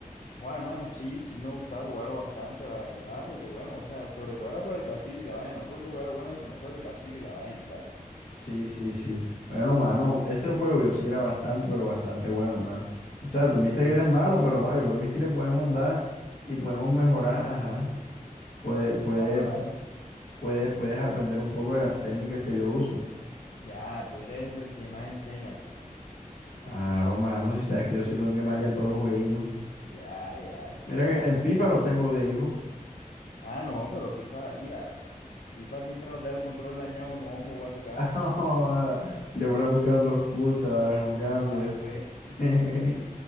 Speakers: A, on the left; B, on the left.
A: Joder, hermano, sí, sí me gustaba jugarlo bastante, la verdad, porque bueno, o sea, sobre todo era por el vacil y la vaina, no porque fuera bueno, sino por el vacil y la vaina y tal.
B: Sí, sí, sí. Bueno, mano, ese juego yo sí era bastante, pero bastante bueno, mano. O sea, tú me dices que eres malo, pero ma, yo creo que sí le podemos dar y podemos mejorar, ajá. Puedes, puedes,
A: No, claro.
B: puedes, puedes aprender un poco de las técnicas que yo uso.
A: Ya, tú eres el que más enseña, pues.
B: Claro, mano, si sabes que yo soy que más en todos los jueguitos.
A: Ya, ya, eso,
B: Mira que
A: eso.
B: en FIFA los tengo de hijo. <laughs>
A: Ah, no, pero FIFA, mira, pues, FIFA siempre nos da el control dañado cuando vamos a jugar a tu casa.
B: Ah, Siempre buscando excusas, ¿vale? No cambias.
A: Ah, pues,
B: <laughs>